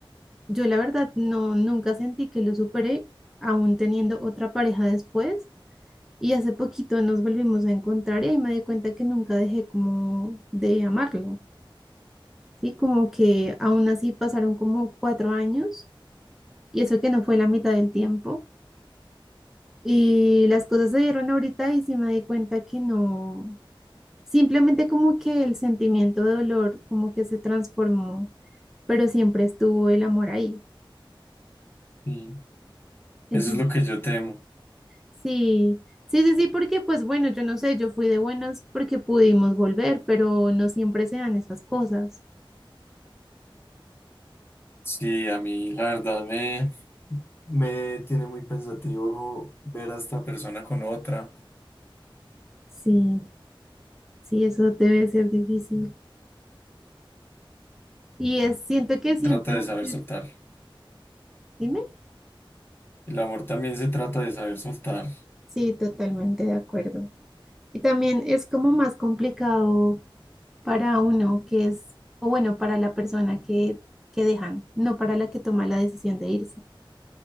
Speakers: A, in the centre; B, on the left.
A: yo la verdad no, nunca sentí que lo superé, aún teniendo otra pareja después. Y hace poquito nos volvimos a encontrar y ahí me di cuenta que nunca dejé como de amarlo, ¿sí? Como que aún así pasaron como cuatro años y eso que no fue la mitad del tiempo. Y las cosas se dieron ahorita y sí me di cuenta que no. Simplemente como que el sentimiento de dolor como que se transformó, pero siempre estuvo el amor ahí.
B: mm.
A: Entonces,
B: Eso es lo que yo temo.
A: sí, sí, sí, sí, porque pues bueno, yo no sé, yo fui de buenas porque pudimos volver, pero no siempre se dan esas cosas.
B: Sí, a mí la verdad me, me tiene muy pensativo ver a esta persona con otra.
A: Sí, sí, eso debe ser difícil. Y es, siento que siempre
B: Trata de
A: va
B: saber
A: a ser,
B: soltar.
A: dime.
B: El amor también se trata de saber soltar.
A: Sí, totalmente de acuerdo. Y también es como más complicado para uno que es, o bueno, para la persona que, que dejan, no para la que toma la decisión de irse.